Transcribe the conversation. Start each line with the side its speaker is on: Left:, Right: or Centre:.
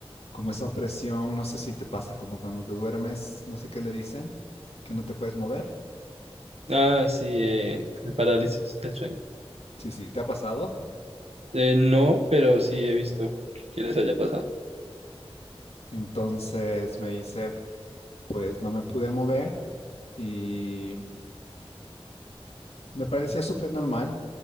Left: como esa opresión. No sé si te pasa, como cuando te duermes, no sé qué le dicen, que no te puedes mover.
Right: Ah, sí, eh, el parálisis del sueño.
Left: Sí, sí, ¿te ha pasado?
Right: Eh, no, pero sí he visto que les haya pasado.
Left: Entonces me dice pues no me pude mover y me parecía súper normal